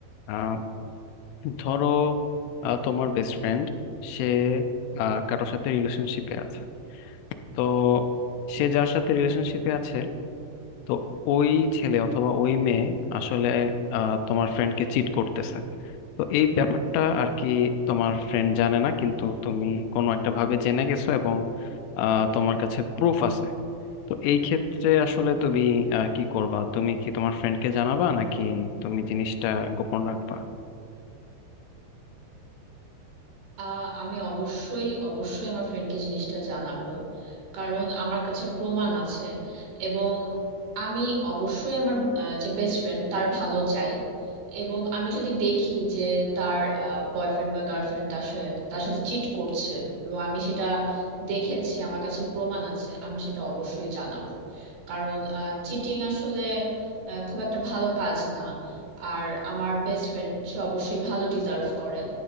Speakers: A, on the left; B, on the right.
A: আহ, ধরো আহ, তোমার বেস্ট ফ্রেন্ড সে আহ, কারোর সাথে রিলেশনশিপে আছে তো সে যার সাথে রিলেশনশিপে আছে তো ওই ছেলে অথবা ওই মেয়ে আসলে আহ, তোমার ফ্রেন্ডকে চিট করতেছে তো এই ব্যাপারটা আর কি তোমার ফ্রেন্ড জানে না কিন্তু তুমি কোনো একটা ভাবে জেনে গেছো এবং আহ, তোমার কাছে প্রুফ আছে তো এই ক্ষেত্রে আসলে তুমি আহ, কি করবা তুমি কি তোমার ফ্রেন্ডকে জানাবা নাকি তুমি জিনিসটা গোপন রাখবা
B: আহ আমি অবশ্যই অবশ্যই আমার ফ্রেন্ডকে জিনিসটা জানাবো কারণ আমার কাছে প্রমাণ আছে এবং আমি অবশ্যই আমার আহ, যে বেস্ট ফ্রেন্ড তার ভালো চাই এবং আমি যদি দেখি যে তার বয়ফ্রেন্ড বা গার্লফ্রেন্ড তার সাথে তার সাথে চিট করছে এবং আমি সেটা দেখেছি আমার কাছে প্রমাণ আছে আমি সেটা অবশ্যই জানাবো কারণ চিটিং আসলে আহ, খুব একটা ভালো কাজ না আর আমার বেস্ট ফ্রেন্ড সে অবশ্যই ভালো ডিজার্ভ করে